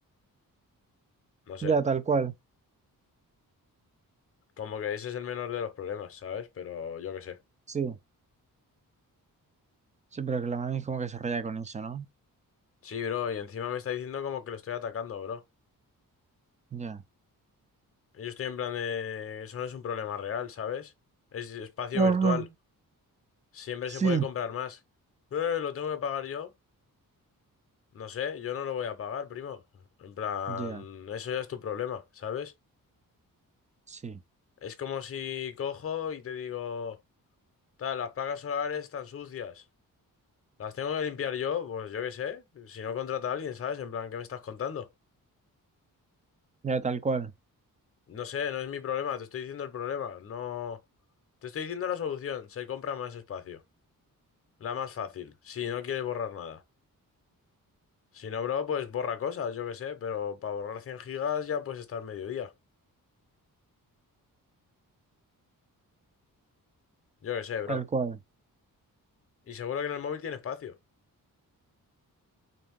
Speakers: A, on the left; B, on the right.
A: No
B: Ya,
A: sé,
B: tal cual.
A: como que ese es el menor de los problemas, ¿sabes? Pero yo qué sé.
B: Sí. Sí, pero que la mami como que se raya con eso, ¿no?
A: Sí, bro, y encima me está diciendo como que lo estoy atacando, bro.
B: Ya.
A: Yo estoy en plan de... Eso no es un problema real, ¿sabes? Es espacio
B: Ajá,
A: virtual. Siempre
B: Sí.
A: se puede comprar más. Eh, ¿lo tengo que pagar yo? No sé, yo no lo voy a pagar, primo. En plan,
B: Ya,
A: eso ya es tu problema, ¿sabes?
B: sí.
A: Es como si cojo y te digo, tal, las placas solares están sucias. ¿Las tengo que limpiar yo? Pues yo qué sé. Si no contrata a alguien, ¿sabes? En plan, ¿qué me estás contando?
B: Ya, tal cual.
A: No sé, no es mi problema, te estoy diciendo el problema. No... Te estoy diciendo la solución, se compra más espacio. La más fácil, si no quieres borrar nada. Si no, bro, pues borra cosas, yo qué sé, pero para borrar 100 gigas ya puedes estar mediodía. Yo qué sé, bro.
B: Tal cual.
A: Y seguro que en el móvil tiene espacio.